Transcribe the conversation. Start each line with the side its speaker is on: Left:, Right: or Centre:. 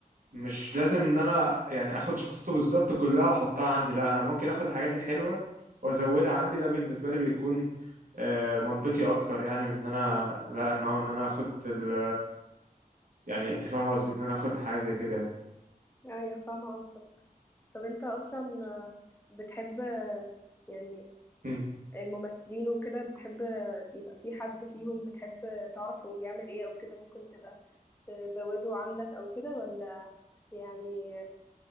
Right: مش لازم ان انا يعني اخد شخصيته بالظبط كلها واحطها عندي لا انا ممكن اخد الحاجات الحلوه وازودها عندي ده بالنسبه لي بيكون آه، منطقي اكتر يعني من ان انا لا ان هو ان انا اخد ال يعني انت فاهم قصدي ان انا اخد حاجه زي كده
Left: ايوه فاهمة قصدك طب انت اصلا بتحب يعني
Right: يعني
Left: الممثلين وكده بتحب يبقى في حد فيهم بتحب تعرف هو بيعمل ايه او كده ممكن تبقى تزوده عندك او كده ولا يعني